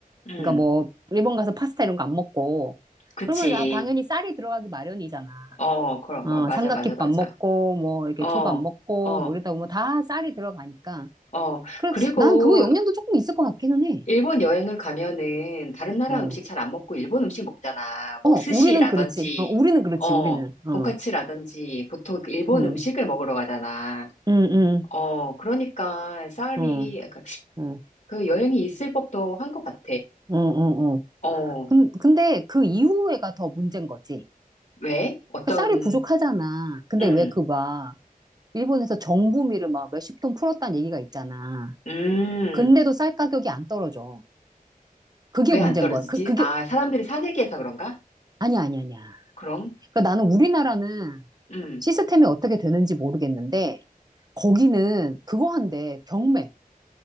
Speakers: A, on the left; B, on the right.
A: 음,
B: 그러니까 뭐 일본 가서 파스타 이런 거 안 먹고
A: 그치.
B: 그러면 아, 당연히 쌀이 들어가기 마련이잖아.
A: 어, 그럼,
B: 어,
A: 뭐, 맞아,
B: 삼각김밥
A: 맞아, 맞아.
B: 먹고 뭐 이렇게
A: 어,
B: 초밥 먹고
A: 어,
B: 뭐 이러다 보면 다 쌀이 들어가니까.
A: 어.
B: 그래
A: 그리고
B: 난 그거 영향도 조금 있을 것 같기는 해.
A: 일본 여행을 가면은 다른 나라
B: 어.
A: 음식 잘 안 먹고 일본 음식 먹잖아.
B: 어,
A: 뭐 스시라든지,
B: 우리는 그렇지. 어, 우리는 그렇지.
A: 어,
B: 우리는. 어.
A: 돈까츠라든지 보통 그 일본
B: 음.
A: 음식을 먹으러 가잖아.
B: 음,
A: 어, 그러니까 쌀이
B: 음. 어.
A: 약간
B: 어.
A: 그 여행이 있을 법도 한 것 같아.
B: 어, 어, 어.
A: 어,
B: 근, 근데 그 이후에가 더 문제인 거지.
A: 왜? 어떤,
B: 그러니까 쌀이 부족하잖아. 근데
A: 음,
B: 왜그막 일본에서 정부미를 막 몇십 톤 풀었다는 얘기가 있잖아.
A: 음,
B: 근데도 쌀 가격이 안 떨어져. 그게
A: 왜
B: 문제인
A: 안 떨어지지?
B: 거야. 그, 그게,
A: 아, 사람들이 사재기해서 그런가?
B: 아니야, 아니야, 아니야.
A: 그럼,
B: 그러니까 나는 우리나라는
A: 음,
B: 시스템이 어떻게 되는지 모르겠는데, 거기는 그거 한대, 경매.